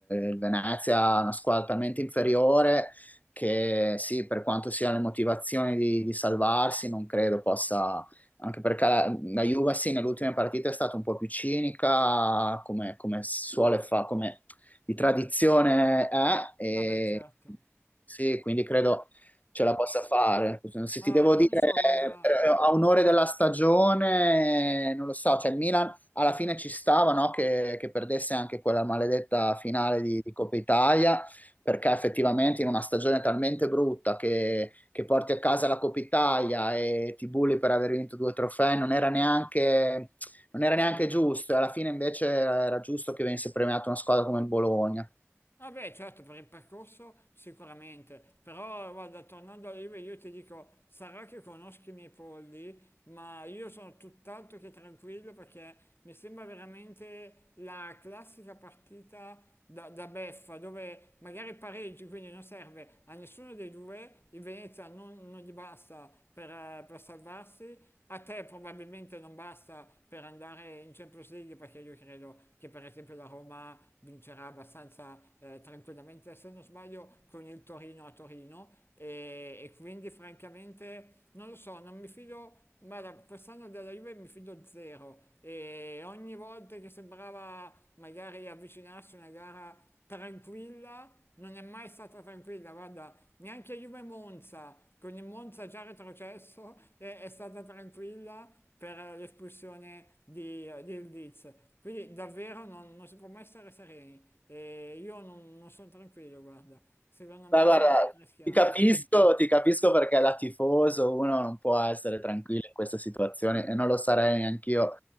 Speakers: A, on the left; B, on the left.
A: il Venezia è una squadra talmente inferiore che sì, per quanto siano le motivazioni di, di salvarsi, non credo possa, anche perché la, la Juve sì, nell'ultima partita è stata un po' più cinica, come, come suole fa, come di tradizione è, e
B: Vabbè certo,
A: sì, quindi credo ce la possa fare. Se
B: ma
A: ti devo
B: non
A: dire,
B: lo so, guarda,
A: eh, a un'ora della stagione, non lo so, cioè il Milan alla fine ci stava, no, che, che perdesse anche quella maledetta finale di, di Coppa Italia, perché effettivamente in una stagione talmente brutta che, che porti a casa la Coppa Italia e ti bulli per aver vinto due trofei non era neanche, non era neanche giusto, e alla fine invece era era giusto che venisse premiata una squadra come il Bologna.
B: Vabbè, certo, per il percorso sicuramente, però guarda, tornando all'IVA io ti dico, sarà che conosco i miei polli, ma io sono tutt'altro che tranquillo perché mi sembra veramente la classica partita da, da beffa, dove magari pareggi, quindi non serve a nessuno dei due, il Venezia non, non gli basta per per, per salvarsi. A te probabilmente non basta per andare in Champions League perché io credo che per esempio la Roma vincerà abbastanza eh, tranquillamente, se non sbaglio, con il Torino a Torino e, e quindi francamente non lo so, non mi fido Guarda, quest'anno della Juve mi fido zero e ogni volta che sembrava magari avvicinarsi a una gara tranquilla, non è mai stata tranquilla, guarda, neanche Juve Monza, con il Monza già retrocesso, è, è stata tranquilla per l'espulsione di, di Ildiz. Quindi davvero non, non si può mai stare sereni. E io non, non sono tranquillo, guarda. Secondo me
A: Ma guarda,
B: ri- rischiamo.
A: ti capisco, ti capisco perché da tifoso uno non può essere tranquillo in questa situazione e non lo sarei neanch'io